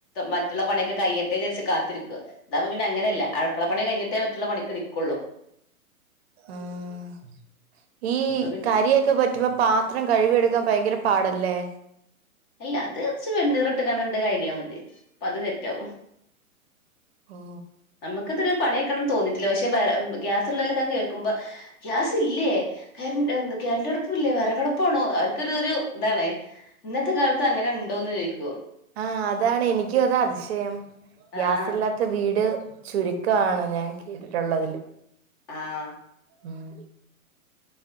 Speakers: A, on the left; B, on the right.
A: മറ്റുള്ള പണിയൊക്കെ കയ്യട്ടെ വിചാരിച്ച് കാത്തിരിക്ക. ഇതാവുമ്പോ പിന്നെ അങ്ങന അല്ല അഴക്കള പണിഴിഞ്ഞിട്ടേ മറ്റുള്ള പണിക്ക് നിക്കുള്ളു.
B: ആഹ് ഈ
A: അപ്പൊ പിന്നെ
B: കരിയോക്കെ പറ്റുമ്പോ പാത്രം കഴിവിയെടുക്കാൻ ഭയങ്കര പാടല്ലേ
A: അല്ല അത് കുച്ച് വെണ്ണീർ ഇട്ട് കാനണ്ട് കഴകിയാൽ മതി അത് തെറ്റവും
B: ഓ
A: നമുക്കതൊ പണിയക്കണംന്ന് തോന്നിയിട്ടില്ല പക്ഷെ ഗ്യാസ്ള്ളലൊക്ക കേൾക്കുമ്പോ ഗ്യാസ് ഇല്ലേ കരണ്ടാടുപ്പില്ലേ വറകടപ്പാണോ അവർക്കൊ ഒരു ഒരു ഇതാണ് ഇന്ന ഇന്നത്തെ കാലത്ത് അങ്ങനെണ്ടോന്ന് ചോദി ക്കും
B: ആ അതാണ് എനിക്കും അതാ അതിശയം ഗ്യാസില്ലാത്ത
A: ആഹ്
B: വീട് ചുരുക്കമാണ് ഞാൻ കേട്ടിട്ടുള്ളതില്
A: ആഹ്
B: ഉം